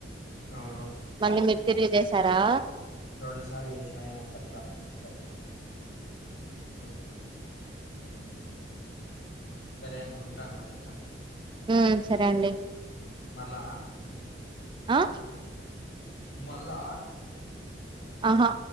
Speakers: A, on the left; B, on the right.
A: అవును
B: మళ్ళీ మీరు తిరిగి చేసారా
A: రెండుసార్లు చేసా ఏమ్ ఎత్తట్లా అబ్బాయ్ హ సరే అను ఉంటాను మరి ఇంకా
B: ఉ సరే అండి
A: మళ్ళ
B: ఆ
A: మళ్ళా
B: ఆహా